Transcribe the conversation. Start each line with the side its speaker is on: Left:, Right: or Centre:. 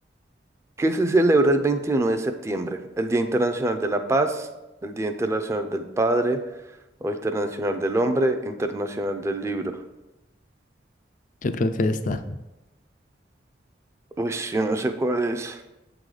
Right: ¿Qué se celebra el 21 de septiembre? El Día Internacional de la Paz, el Día Internacional del Padre, o Internacional del Hombre, Internacional del Libro.
Left: Yo creo que está
Right: Uy, yo no sé cuál es.